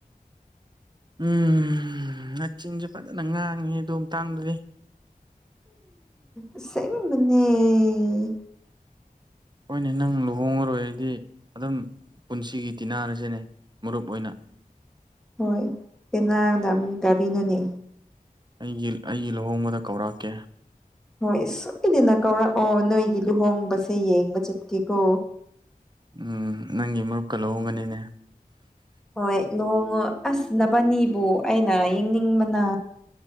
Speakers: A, on the right (about 30°); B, in the centre.
A: ꯎꯝ ꯅꯆꯤꯟꯁꯨ ꯐꯖꯅ ꯉꯥꯡꯉꯤꯍ‌ꯦ ꯑꯗꯨ ꯃꯇꯥꯡꯗꯨꯗꯤ
B: ꯑꯁ‌ꯦꯡꯕꯅ‌ꯦ
A: ꯍꯣꯏꯅꯦ ꯅꯪ ꯂꯨꯍꯣꯡꯉꯔꯣꯏꯔꯗꯤ ꯑꯗꯨꯝ ꯄꯨꯟꯁꯤꯒꯤ ꯇꯤꯟꯅꯔꯁꯤꯅꯦ ꯃꯔꯨꯞ ꯑꯣꯏꯅ
B: ꯍꯣꯏ ꯇꯤꯟꯅꯒꯗꯕꯅꯤ ꯀꯔꯤꯅꯣꯅꯦ
A: ꯑꯩꯒꯤ ꯑꯩꯒꯤ ꯂꯨꯍꯣꯡꯕꯗ ꯀꯧꯔꯛꯀꯦ
B: ꯍꯣꯏ ꯁꯨꯀꯤꯗꯅ ꯀꯧꯔꯛꯑꯣ ꯅꯣꯏꯒꯤ ꯂꯨꯍꯣꯡꯕꯁꯦ ꯌꯦꯡꯕ ꯆꯠꯀꯦꯀꯣ
A: ꯎꯝ ꯅꯪꯒꯤ ꯃꯔꯨꯞꯀ ꯂꯧꯍꯣꯡꯒꯅꯤꯅꯦ
B: ꯍꯣꯏ ꯅꯣꯡꯉꯨ ꯑꯁ ꯅꯅꯕꯅꯤꯕꯨ ꯑꯩꯅ ꯌꯦꯡꯅꯤꯡꯕꯅ